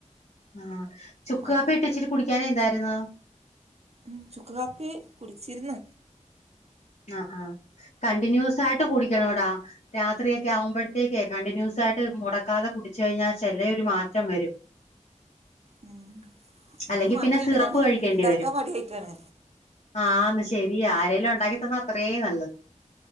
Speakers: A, on the left; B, on the right.
A: ആഹ് ചുക്ക്
B: മാത്രം
A: കാപ്പി ഇട്ടിച്ചിരി കുടിക്കാഞ്ഞെ എന്തായ്രുന്നു
B: ഉം ചുക്ക് കാപ്പി കുടിച്ചിര്ന്ന്
A: ആഹ് ആഹ് കണ്ടിന്യൂസായിട്ട് കുടിക്കണവെടാ രാത്രിയെക്കെ ആവുമ്പഴത്തേക്കേ കണ്ടിന്യൂസായിട്ട് മുടക്കാതെ കുടിച്ച് കഴിഞ്ഞാൽ ചെലെ ഒര് മാറ്റം വെരും
B: ഉം, അധികം
A: അല്ലെങ്കി
B: മടിയാണ്
A: പിന്നെ സിറപ്പ്
B: അതാണ്
A: കഴിക്കേണ്ടി
B: ഉണ്ടാക്കാൻ
A: വരും
B: മടിയായിട്ടാണ്
A: ആന്ന് ശരിയാ ആരേലും ഉണ്ടാക്കി തന്നാ അത്രേം നല്ലത്